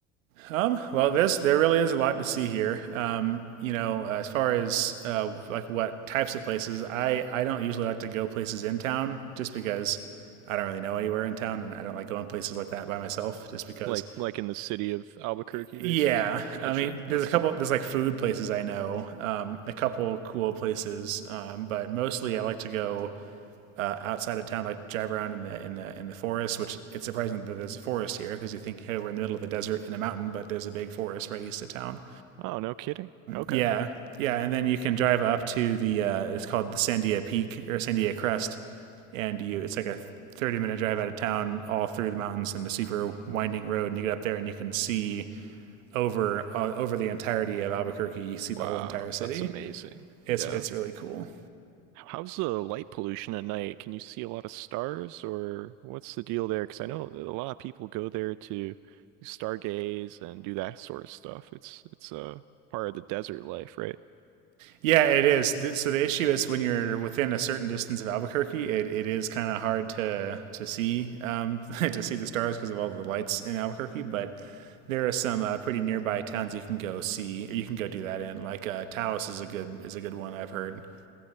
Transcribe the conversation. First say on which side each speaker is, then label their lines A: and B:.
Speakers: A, on the right; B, on the right.
A: Um, well, this there really is a lot to see here. Um, you know, as far as uh, like what types of places, I I don't usually like to go places in town just because I don't really know anywhere in town, and I don't like going places like that by myself just because.
B: Like like in the city of Albuquerque,
A: Yeah,
B: basically. Gotcha.
A: I mean, there's
B: Okay.
A: a couple there's like food places I know, um, a couple cool places, um, but mostly I like to go uh, outside of town, like drive around in the in the in the forest. Which it's surprising that there's a forest here because you think, hey, we're in the middle of the desert in a mountain, but there's a big forest right east of town.
B: Oh, no kidding. Okay.
A: Yeah, yeah, and then you can drive up to the uh, it's called the Sandia Peak or Sandia Crest, and you it's like a thirty minute drive out of town, all through the mountains and a super winding road, and you get up there and you can see over uh, over the entirety of Albuquerque. You see the
B: Wow,
A: whole entire city.
B: that's amazing.
A: It's
B: Yeah.
A: it's really cool.
B: How's the light pollution at night? Can you see a lot of stars, or what's the deal there? Because I know that a lot of people go there to stargaze and do that sort of stuff. It's it's a part of the desert life, right?
A: Yeah, it is. So the issue is when you're within a certain distance of Albuquerque, it, it is kind of hard to to see um, <laughs> to see the stars because of all the lights in Albuquerque. But there are some uh, pretty nearby towns you can go see. Or you can go do that in. Like uh, Taos is a good is a good one I've heard.